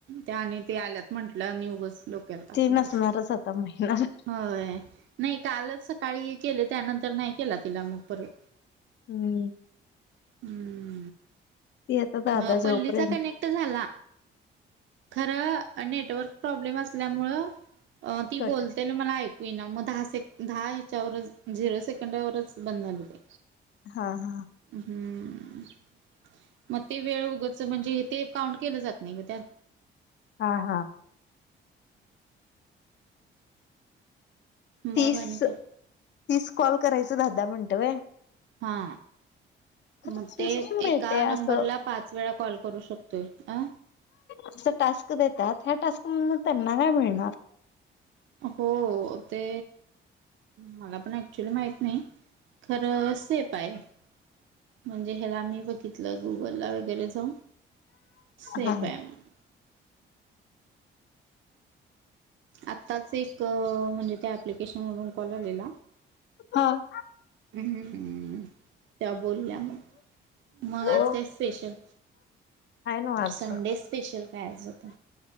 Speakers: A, on the right; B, on the left.
A: त्या आणि ते आल्यात म्हंटलं उगाच बस लोक केलतात
B: ती
A: म
B: नसणारच आता महिना
A: होय नाही कालच स काळी केले त्यानंतर नाही केला तिला मग परत.
B: हम्म.
A: हम्म.
B: ती आता दादा
A: म पल्लीचा
B: जाऊपर्यंत
A: कनेक्ट झाला खरं नेटवर्क प्रॉब्लेम असल्यामुळे ती
B: कट
A: बोलतेन. मला ऐकू येईना मग दहा सेक दहा ह्याच्यावरच झिरो सेकंडावरच बंद झालं ते.
B: हा, हा.
A: हम्म. मग ते वेळ उगच म्हणजे हे ते काउंट केलं जात नाही ग त्यात.
B: हा, हा.
A: मग
B: तीस,
A: आणि
B: तीस
A: काय
B: कॉल करायच राहता म्हणतोय
A: हा.
B: खरं
A: मग
B: त्यांना
A: ते
B: काय मिळतय
A: एका नंबरला
B: असं
A: पाच वेळा कॉल करू शकतोय. अ..
B: अस टास्क देतात ह्या टास्क म्हधुन त्यांना काय मिळणार?
A: हो ते.. मला पण ऍक्च्युली माहीत नाही खरं सेप आहे म्हणजे ह्याला मी बघितलं गुगल ला वगैरे जाऊन सेफ
B: हा
A: हाय म्हणे आत्ताच एक म्हणजे त्या ॲप्लिकेशनवरून कॉल आलेला.
B: हा..
A: हम्म त्या बोलल्या मग, मग
B: हो
A: आज काय स्पेशल?
B: हाय नव्ह असं
A: संडे स्पेशल खायचंत.